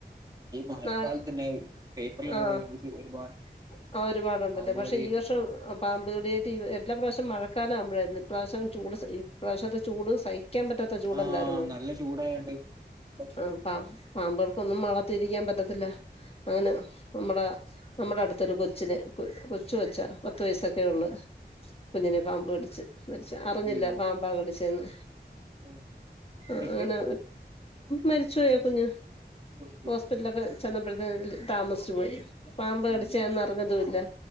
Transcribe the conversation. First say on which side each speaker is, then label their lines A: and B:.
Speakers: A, on the right; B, on the left.
A: ഈ മഴക്കാലത്തന്നെ
B: ആ
A: പേപ്പറിലിങ്ങനെ
B: ആ
A: ന്യൂസ് ഒരുപാട്
B: ഒരുപാടുണ്ടല്ലേ
A: പാമ്പ്
B: പക്ഷെ
A: കടിയേറ്റ്
B: ഈ വർഷം
A: ഉം
B: പാമ്പു കടിയേറ്റ് എല്ലാ പ്രാവശ്യോം മഴക്കാലം ആവുമ്പോഴായിരുന്നു ഇ പ്രാവശ്യം ചൂട് ഇപ്രാവശ്യത്തെ ചൂട് സഹിക് ക്കാൻ പറ്റാത്ത ചൂടല്ലാരുന്നോ
A: ആഹ് നല്ല ചൂടായോണ്ട് പാമ്പൊക്കെ
B: ഉം ആ പാമ്പുകൾക്കൊന്നും മാളത്തിലിരിക്കാൻ പറ്റാത്ത അല്ല അങ്ങനെ നമ്മടെ നമ്മുടെ അടുത്തൊരു കൊച്ചിന് കൊച്ചു കൊച്ചാ പത്ത് വയസൊക്കെ ഉള്ളു കുഞ്ഞിനെ പാമ്പ് കടിച്ച് മരിച്ചെ അറിഞ്ഞില്ല
A: അയ്യോ
B: പാമ്പാ കടിച്ചേന്ന്
A: ആഹ്
B: അങ്ങനെ
A: എന്നിട്ട്
B: മരിച്ച പോയോ ആ കുഞ്ഞെ
A: അയ്യോ
B: ഹോസ്പിറ്റലിലൊക്കെ ചെന്നപ്പേഴത്തിലെ താമസിച്ചു പോയി പാമ്പ് കടിച്ചാന്നർഞ്ഞതുല്ല
A: ആഹ്